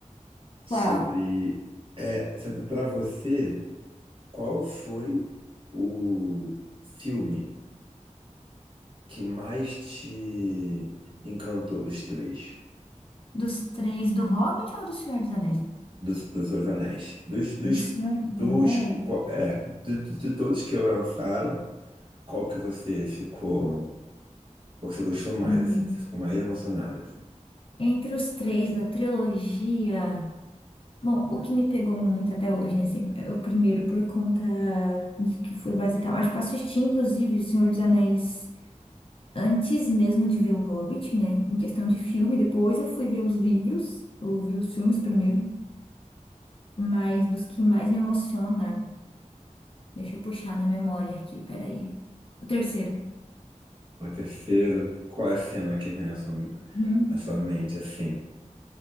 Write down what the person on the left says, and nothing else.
Qual?
Dos três, do Hobbit ou do Senhor dos Anéis?
Do Senhor
dos Anéis?
Hum.
Entre os três da trilogia. Bom, o que me pegou muito até hoje, né? Assim, é o primeiro por conta de que foi basicamente. Acho que eu assisti, inclusive, O Senhor dos Anéis antes mesmo de ver o Hobbit, né? Em questão de filme. Depois eu fui ver os livros. Ouvi os filmes primeiro. Mas dos que mais me emociona, deixa eu puxar na memória aqui, peraí. O terceiro.
Uhum.